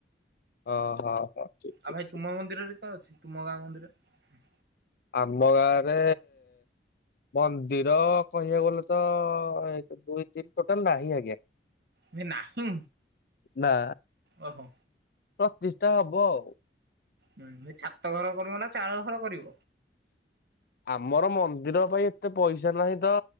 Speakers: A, on the left; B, on the right.
A: ଓ, ହୋ, ହୋ। ଠିକ ଠିକ
B: ଆଉ ଭାଇ
A: ଠିକ
B: ତୁମ ମନ୍ଦିରରେ କଣ ଅଛି? ତୁମ ଗାଁ ମନ୍ଦିର ରେ?
A: ଆମ ଗାଁରେ ମନ୍ଦିର କହିବାକୁ ଗଲେ ତ, ଏକ ଦୁଇ ତିନି ଟୋଟାଲ ନାହିଁ ଆଜ୍ଞା।
B: ଭାଇ ନାହିଁ
A: ନା,
B: ଓହୋ
A: ପ୍ରତି ଷ୍ଠା, ହବ ଆଉ ।
B: ହୁଁ, ଭାଇ ଛାତ ଘର କରିବ ନା? ଚାଳ ଘର କରିବ
A: ଆମର ମନ୍ଦିର ଭାଇ ଏତେ ପଇସା ନାହିଁ ତ,